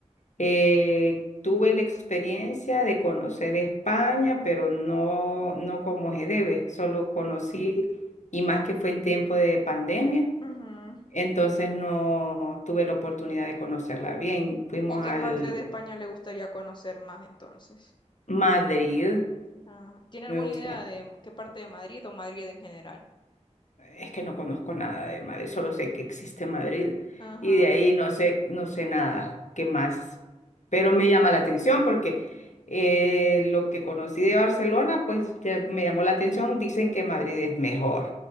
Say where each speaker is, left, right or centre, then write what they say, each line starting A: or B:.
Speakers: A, on the left; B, on the left.
A: Eh, tuve la experiencia de conocer España, pero no, no como se debe. Solo conocí, y más que fue en tiempo de pandemia,
B: Ujú.
A: entonces no tuve la oportunidad de conocerla bien. Fuimos
B: ¿Y qué
A: al
B: parte de España le gustaría conocer más entonces?
A: Madrid.
B: Ah, ¿tiene
A: Me
B: alguna
A: gusta
B: idea de qué parte de Madrid o Madrid en general?
A: Es que no conozco nada de Madrid, solo sé que existe Madrid
B: Ajá,
A: y de ahí no sé, no sé nada, qué más. Pero me llama la atención porque eh, lo que conocí de Barcelona, pues ya me llamó la atención. Dicen que Madrid es mejor,